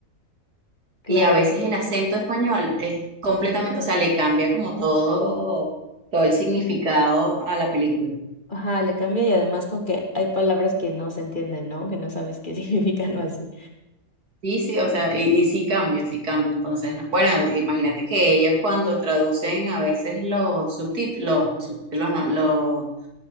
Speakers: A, on the left; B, on the right.
A: Claro.
B: Y a veces el acento español es completamente, o sea, le cambia como todo, todo el significado a la película.
A: Ajá, le cambia y además con que hay palabras que no se entienden, ¿no? Que no sabes qué <laughs> significan o así.
B: Sí, sí, o sea, y, y sí cambia, sí cambia. Entonces, no. bueno, imagínate que ellos cuando traducen a veces los subtítulos, los, subtítulos no, los-